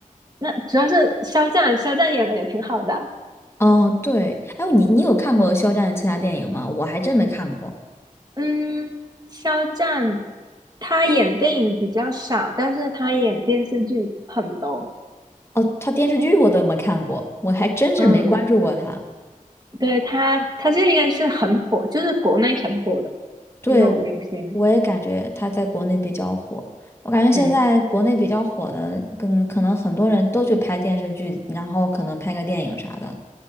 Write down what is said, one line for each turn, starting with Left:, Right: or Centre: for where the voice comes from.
Right: 那主要是肖战，肖战演的也挺好的。
Left: 哦，对，哎，你你有看过肖战的其他电影吗？我还真没看过。
Right: 嗯，肖战他演电影比较少，但是他演电视剧很多。
Left: 哦，他电视剧我都没看过，我还真是没关注过他。
Right: 嗯。对他，他现在应该是很火，就是国内很火的
Left: 对，
Right: 那种明星。
Left: 我我也感觉他在国内比较火。我感觉现在国内比较火的，
Right: 嗯，
Left: 跟可能很多人都去拍电视剧，然后可能拍个电影啥的。